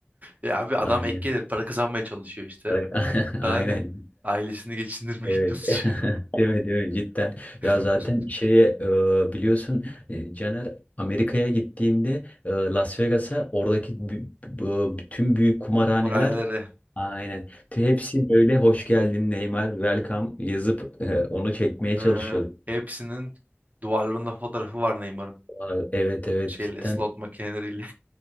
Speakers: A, on the right (about 35°); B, on the left (about 35°).
A: Ya abi adam
B: Aynen.
A: ek gelir para kazanmaya çalışıyor işte.
B: <laughs> Aynen.
A: Daha ne? Ailesini geçindirmeye
B: Evet.
A: <laughs> çalışıyor.
B: <laughs> Değil mi, değil mi? Cidden.
A: <laughs>
B: Ya zaten şeye e, biliyorsun e, Caner Amerika'ya gittiğinde e, Las Vegas'a oradaki bü- bu- bütün büyük kumarhaneler
A: Kumarhanelere.
B: aynen Te- hepsi böyle hoş geldin Neymar welcome yazıp e, onu çekmeye
A: Ha,
B: çalışıyorduk.
A: hepsinin duvarlarında fotoğrafı var Neymar'ın.
B: Aa, Evet evet
A: Şeyle,
B: cidden
A: slot makineleriyle.